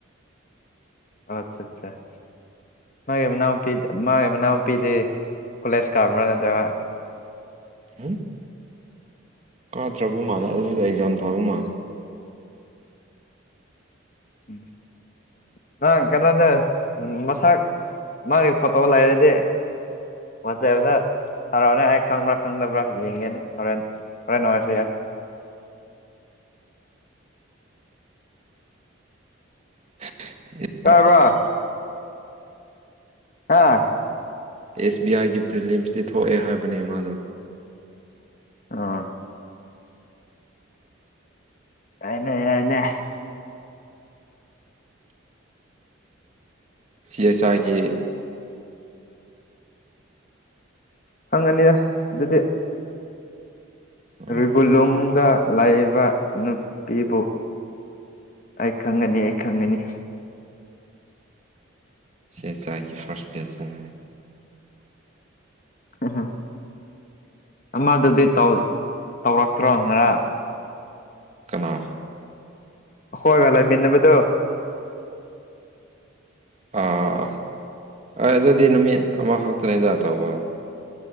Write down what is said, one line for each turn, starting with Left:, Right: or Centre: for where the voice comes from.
Left: <unintelligible> ꯃꯥꯒꯤ ꯃꯅꯥꯎꯅꯄꯤ ꯃꯥꯒꯤ ꯃꯅꯥꯎꯅꯨꯄꯤꯗꯤ ꯀꯣꯂꯦꯖ ꯀꯥꯕ꯭ꯔꯥ ꯅꯠꯇ꯭ꯔꯒ
Right: ꯎꯝ ꯀꯥꯗ꯭ꯔꯕ ꯃꯥꯜꯂꯦ ꯑꯗꯨꯗ ꯑꯦꯛꯖꯥꯝ ꯊꯥꯕ ꯃꯥꯜꯂꯦ
Left: <unintelligible> ꯅꯪ ꯀꯩꯅꯣꯅꯦ ꯃꯁꯛ ꯃꯥꯒꯤ ꯐꯣꯇꯣ ꯂꯩꯔꯗꯤ ꯋꯥꯆꯦꯞꯗ ꯇꯥꯔꯛꯑꯣꯅꯦ ꯑꯩ ꯈꯪꯕ꯭ꯔꯥ ꯈꯪꯗꯕ꯭ꯔꯥ ꯌꯦꯡꯒꯦꯅꯦ ꯍꯣꯔꯦꯟ ꯍꯣꯔꯦ ꯑꯣꯏꯁꯨ ꯌꯥ
Right: <unintelligible>
Left: ꯇꯥꯕ꯭ꯔꯥ ꯍꯥꯥ
Right: ꯑꯦꯁ ꯕꯤ ꯑꯥꯏꯒꯤ ꯄ꯭ꯔꯤꯂꯤꯌꯝꯁꯇꯤ ꯊꯣꯛꯑꯦ ꯍꯥꯏꯕꯅꯦ ꯃꯥꯅ
Left: ꯑꯥ ꯅꯩ ꯅꯩꯔꯦꯅꯦ
Right: <inaudible> ꯁꯤ ꯑꯦ ꯁꯥꯏꯒꯤ
Left: ꯈꯪꯡꯒꯅꯤꯗ ꯑꯗꯨꯗꯤ
Right: ꯎꯝ
Left: ꯔꯤꯒꯨꯂꯨꯡꯒ ꯂꯩꯕ ꯅꯨꯄꯤꯕꯨ ꯑꯩ ꯈꯪꯒꯅꯤ ꯑꯩ ꯈꯪꯒꯅꯤ
Right: ꯁꯦꯁꯥꯏꯒꯤ ꯐꯥꯔꯁ ꯄ꯭ꯂꯦꯁꯟ ꯍꯥꯏ
Left: ꯎꯝ ꯑꯃꯗꯨꯗꯤ ꯇꯧ ꯇꯧꯔꯛꯇ꯭ꯔꯣ ꯉꯔ
Right: ꯀꯅꯥ
Left: ꯑꯩꯈꯣꯏꯒꯥ ꯂꯩꯃꯤꯟꯅꯕꯗꯣ
Right: ꯑꯥ ꯑꯥ ꯍꯣꯏ ꯑꯗꯨꯗꯤ ꯅꯨꯃꯤꯠ ꯑꯃꯈꯛꯇꯅꯤꯗ ꯇꯧꯕ